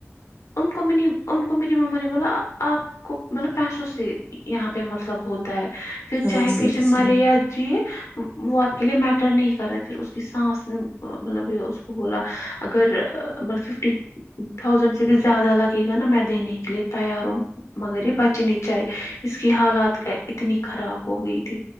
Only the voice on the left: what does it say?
ان کو میری ان کو میری ماما نے بولا آپ کو مطلب پیسوں سے یہاں پہ مطلب ہوتا ہے پھر
چاہے
پیشنٹ
مرے
یا جئے وہ آپ کے لیے میٹر نہیں کرتا پھر اس کی سانس مطلب بولا اگر مطلب ففٹی ٹھوسند سے بھی زیادہ لگے گا نا میں دینے کے لیے تیار ہوں مگر یہ بچنی چاہیے اس کی حالات اتنی خراب ہوگیی تھی